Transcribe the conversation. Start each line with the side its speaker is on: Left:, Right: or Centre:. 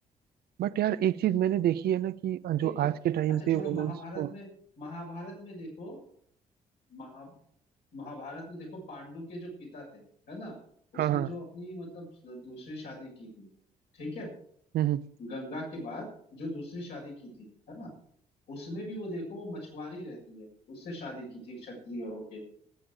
Right: बट यार एक चीज मैंने देखी है ना कि जो
Left: है क्या
Right: आज के टाइम
Left: अच्छा छोड़ो
Right: पे वुमेन्स
Left: महाभारत
Right: को
Left: में महाभारत में देखो महा महाभारत में देखो पांडु के जो पिता थे है ना
Right: हाँ
Left: उसने
Right: हाँ
Left: जो अपनी मतलब दूसरी शादी की थी ठीक है
Right: हम्म हम्म।
Left: गंगा के बाद जो दूसरी शादी की थी है ना उसमें भी वो देखो वो मछुआरी रहती है उससे शादी की थी क्षत्रिय होके